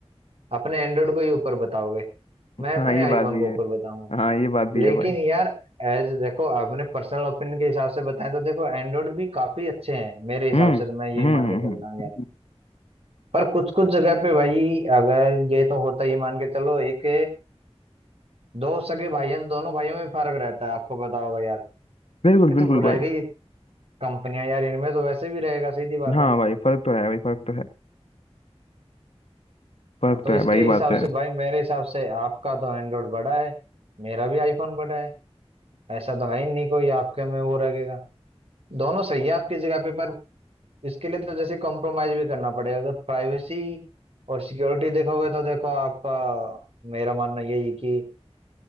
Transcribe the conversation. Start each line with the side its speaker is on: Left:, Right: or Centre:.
Right: अपने एंड्रॉइड को ही ऊपर बताओगे मैं
Left: हाँ
Right: अपने
Left: ये
Right: आईफोन
Left: बात भी
Right: को
Left: है
Right: ऊपर बताऊंगा
Left: हाँ ये बात भी
Right: लेकिन
Left: है भाई
Right: यार एज देखो आपने पर्सनल ओपिनियन के हिसाब से बताएं तो देखो एंड्रॉइड भी काफी अच्छे हैं मेरे हिसाब
Left: हम्म
Right: से तो मैं यही
Left: हम्म हम्म,
Right: मान के चलता
Left: हम्म,
Right: हूँ यार
Left: हम्म।
Right: पर कुछ कुछ जगह पे भाई अगर ये तो होता ही मान के चलो एक दो सगे भाई हैं तो दोनों भाइयों में भी फर्क रहता है आपको पता होगा यार
Left: बिल्कुल
Right: ये तो
Left: बिल्कुल
Right: रह
Left: भाई
Right: गई कंपनियां यार इनमें तो वैसे भी रहेगा सीधी बात
Left: हाँ
Right: है
Left: भाई फर्क तो है भाई फर्क तो है फर्क
Right: हाँ तो
Left: तो है
Right: इसके
Left: भाई ये
Right: हिसाब
Left: बात तो है
Right: से भाई मेरे हिसाब से आपका तो एंड्रॉइड बड़ा है मेरा भी आईफोन बड़ा है ऐसा तो है ही नहीं कोई आपके में वो रहेगा दोनों सही है आपकी जगह पे पर इसके लिए तो जैसे कॉम्प्रोमाइज भी करना पड़ेगा अगर प्राइवेसी और सिक्योरिटी देखोगे तो देखो आपका मेरा मानना यही है कि